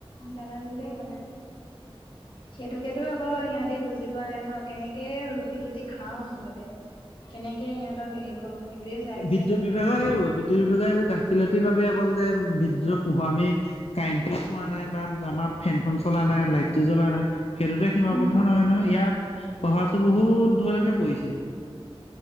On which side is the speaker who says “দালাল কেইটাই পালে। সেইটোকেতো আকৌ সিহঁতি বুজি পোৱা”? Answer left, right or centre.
Left